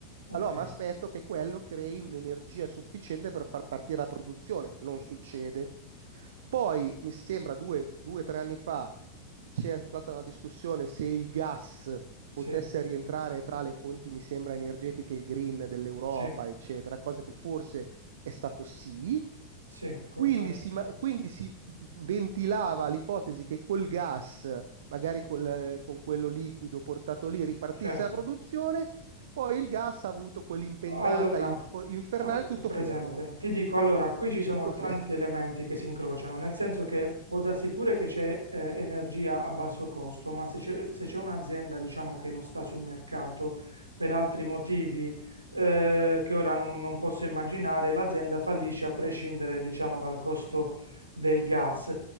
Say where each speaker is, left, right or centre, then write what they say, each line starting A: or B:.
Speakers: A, on the right; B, on the right.
A: ok,
B: allora mi aspetto che quello crei un'energia sufficiente per far partire la produzione, non succede. Poi, mi sembra due o tre anni fa, c'è stata una discussione se il gas
A: sì,
B: potesse rientrare tra le fonti, mi sembra, energetiche green dell'Europa,
A: sì,
B: eccetera, cosa che forse è stato sì
A: sì, confermo,
B: quindi si, ma- quindi si ventilava l'ipotesi che col gas, magari col, eh, con quello liquido portato lì, ripartisse
A: certo.
B: la produzione, poi il gas ha avuto quell'impennata
A: Allora,
B: info- infernale,
A: ho, c-
B: tutto
A: ho presente.
B: fermo.
A: Ti dico, allora,
B: <laughs>
A: qui ci sono
B: Tutto
A: tanti
B: fermo.
A: elementi che si incrociano, nel senso che può darsi pure che c'è eh, energia a basso costo, ma se c'è se c'è un'azienda, diciamo, che non sta sul mercato per altri motivi eh, che ora non, non posso immaginare, l'azienda fallisce a prescindere, diciamo, dal costo del gas.